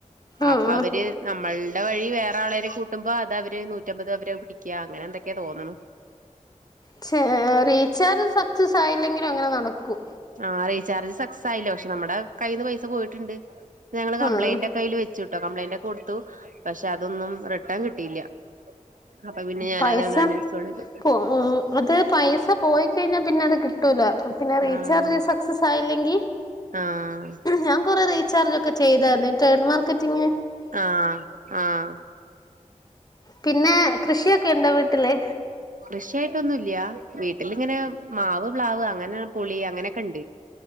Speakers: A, on the right; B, on the left.
A: അപ്പൊ
B: ആഹ്
A: അവര് നമ്മളുടെ വഴി വേറെ ആളെനെ കൂ ട്ടുമ്പോ അത് അവര് നൂറ്റമ്പത് അവരെ പിടിക്ക അങ്ങനെ എന്തൊക്കേ തോന്നണു
B: ച്ചെ റീചാർജ് സക്സസ് ആയില്ലെങ്കിലും അങ്ങനെ നടക്കും
A: ആ റീചാർജ് സക്സസ് ആയില്ല പക്ഷെ നമ്മുടെ കയ്യീന്ന് പൈസ പോയിട്ടുണ്ട് ഞങ്ങള് കംപ്ലൈന്റൊ
B: ആഹ്
A: കയ്യിൽ വെച്ചുട്ടോ കംപ്ലൈന്റ് ഒക്കെ കൊടുത്തു പക്ഷെ അതൊന്നും റിട്ടേൺ കിട്ടിയില്ല അപ്പൊ പിന്നെ ഞാനതണ്ട്
B: പൈസ
A: അണ് ഇൻസ്റ്റാളിതു
B: പോ ഉം അത് പൈസ പോയി കഴിഞ്ഞാ പിന്നെ അത് കിട്ടൂല പിന്നെ റീചാർജ്
A: ആഹ്
B: സക്സസ് ആയില്ലെങ്കി
A: ആഹ്
B: ഞാൻ കൊറെ റീ ചാർജൊക്കെ ചെയ്താരുന്നു ഈ ട്രേഡ് മാർക്കറ്റിംഗ്
A: ആ ആ
B: പിന്നെ കൃഷിയൊക്കെ ഉണ്ടോ വീട്ടില്?
A: കൃഷിയായിട്ടൊന്നുല്ല്യ വീട്ടിലിങ്ങനെ മാവ് പ്ലാവ് അങ്ങനെ പുളി അങ്ങനെയൊക്കണ്ട്